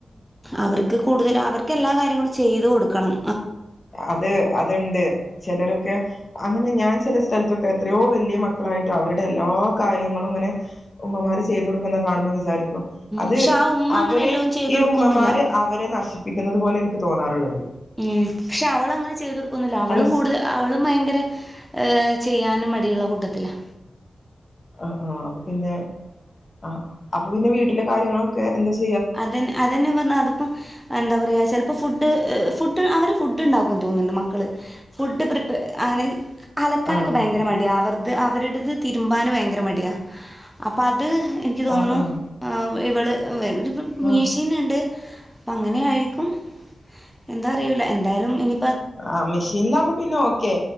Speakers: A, in the centre; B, on the left.
A: അവർക്ക് കൂടുതൽ അവർ. ഒക്കെ എല്ലാ കാര്യങ്ങളും ചെയ്തു കൊടു ക്കണം
B: അത് അത്ണ്ട് ചിലരൊക്കെ അങ്ങനെ ഞാൻ ചില സ്ഥലത്തൊക്കെ എത്രയോ വല്ല്യ മക്കളായിട്ട് അവരുടെ എല്ലാ കാര്യങ്ങളും ഇങ്ങനെ ഉമ്മമാര് ചെയ്തു കൊടുക്കുന്ന കാണുമ്പോൾ വിചാരിക്കും അത്
A: പക്ഷെ ആ ഉമ്മ
B: അവരെ
A: അങ്ങനെ എല്ലാം ചെയ്തു
B: ഈ
A: കൊടുക്കൊന്നുമില്ല
B: ഉമ്മമാര് അവരെ നശി പ്പിക്കുന്നത് പോലെ ഇൻക്ക് തോന്നാറുള്ളത്
A: ഉം പക്ഷെ അവള് അങ്ങനെ ചെയ്തൊടുക്കുന്നില്ല അവളും
B: അല്ല
A: കൂടുതൽ അവളും ഭയങ്കര ഏഹ് ചെയ്യാനും മടിയുള്ള കൂട്ടത്തിലാ.
B: ആഹ് ആഹ് അപ്പൊ പിന്നെ ആഹ് അപ്പൊ പിന്നെ വീട്ടിലെ കാര്യങ്ങളൊക്കെ എന്താ ചെ
A: അതന്നെ അതെന്നെ പറഞ്ഞാ അതിപ്പോ എന്താ പറയാ ചെ ഫുഡ് ഫുഡ് അവര് ഫുഡ് ഇണ്ടാക്കും തോന്ന്ണ് മക്കള് ഫുഡ് പ്രിപ്പ ആണ് അലക്കാനൊക്കെ
B: ആഹ്
A: ഭയങ്കര
B: ആഹ്
A: മടിയ അവർ അത് അവരുടത് തിരുമ്പാൻ ഭയങ്കര മടിയ അപ്പ അ ത് എനിക്ക് തോന്നുന്നു
B: ആഹ് ആഹ്
A: ഏ ഇവള് വെ വ് മീഷീന്ന്ണ്ട്
B: ആഹ്
A: പ്പ അങ്ങനെയായേക്കും. എന്താറിയൂല എന് ന്തായാലും ഇനി
B: ആ മെഷീനിലാമ്പോ പിന്നെ ഓക്കെ